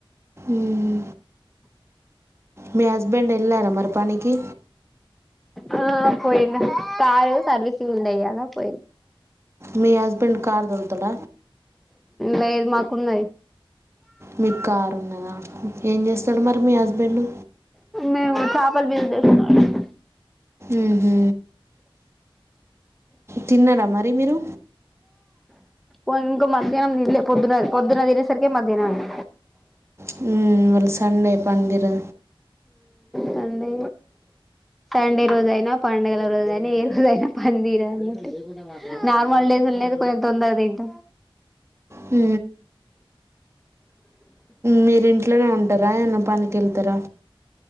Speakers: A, on the right (about 30°); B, in the centre.
A: ఉమ్ మీ హజ్ బెండ్ ఎళ్ళారా మరిపని కి
B: ఆ పోయిండు కారు సర్వీసింగ్ ఉండె ఇయ్యల పోయి
A: మీ హస్బెండ్ కార్ తోలుతడ
B: లేేదు మాకు ఉన్నాయి
A: మీకు కారు ఉన్నద ఏం చేస్తాడు మరి మీ హస్బెండ్
B: మేము చేపల పులుసు చేసుకున్నాం
A: ఉమ్ హు తిన్నార మరి మీరు
B: ఓ ఇంక మధ్యాహ్నం తిన్లె పొద్దున పొద్దున. తినే సరికె మధ్యాహ్నం అయి
A: హు ఇవాల సండే పందిరదు
B: సండే సండే ఏ రోజయిన పండుగల రోజయిన ఏ రోజయిన పందిర అన్నట్టు నార్మల్ డేస్ నైతే కొంచెం తొందర త్త
A: హు మీరిన్ ఇంట్లనే ఉను టరా ఏమన్న పని కెళ్తర